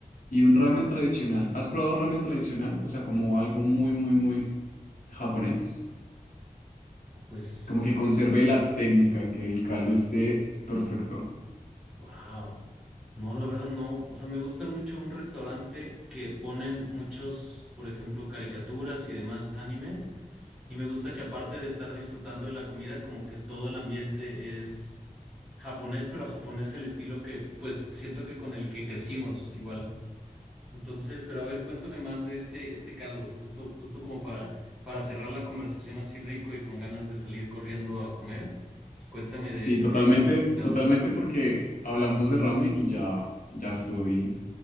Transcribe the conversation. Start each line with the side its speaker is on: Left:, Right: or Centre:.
Left: Y un ramen tradicional. ¿Has probado ramen tradicional? O sea, como algo muy, muy, muy japonés.
Centre: Pues
Left: Como
Centre: la
Left: que conserve
Centre: verdad.
Left: la técnica, que el caldo esté perfecto.
Centre: Wow. No, la verdad no. O sea, me gusta mucho un restaurante que ponen muchos, por ejemplo, caricaturas y demás animes. Y me gusta que aparte de estar disfrutando de la comida, como que todo el ambiente es japonés, pero japonés el estilo que, pues, siento que con el que crecimos igual. Entonces, pero a ver, cuéntame más de este, este caldo, justo, justo como para, para cerrar la conversación así rico y con ganas de salir corriendo a comer. Cuéntame
Left: Sí,
Centre: de este,
Left: totalmente,
Centre: de este caldo.
Left: totalmente porque hablamos de ramen y ya, ya estoy